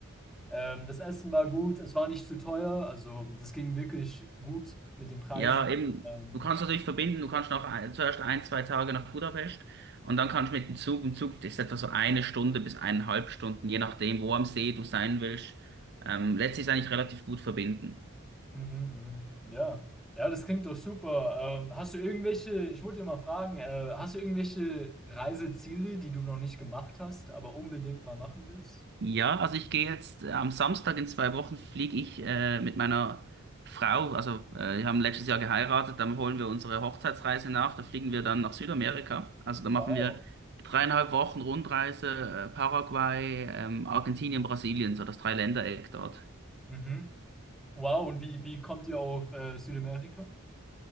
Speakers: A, in the centre; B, on the right.
A: Ähm, das Essen war gut, es war nicht zu teuer. Also das ging wirklich gut mit den Preisen.
B: Ja, eben,
A: Ähm,
B: du kannst natürlich verbinden, du kannst nach, ein- zuerst ein, zwei Tage nach Budapest und dann kannst du mit dem Zug, im Zug ist etwa so eine Stunde bis eineinhalb Stunden, je nachdem, wo am See du sein willst, ähm, lässt sich eigentlich relativ gut verbinden.
A: Mhm, mhm. Ja. Ja, das klingt doch super. Ähm, hast du irgendwelche, ich wollte dir mal fragen, äh, hast du irgendwelche Reiseziele, die du noch nicht gemacht hast, aber unbedingt mal machen willst?
B: Ja, also ich gehe jetzt äh, am Samstag in zwei Wochen fliege ich äh, mit meiner Frau, also äh, wir haben letztes Jahr geheiratet, dann holen wir unsere Hochzeitsreise nach, da fliegen wir dann nach Südamerika. Also da machen
A: Wow.
B: wir dreieinhalb Wochen Rundreise, äh, Paraguay, ähm, Argentinien, Brasilien, so das Dreiländereck dort.
A: Mhm. Wow, und wie, wie kommt ihr auf äh, Südamerika?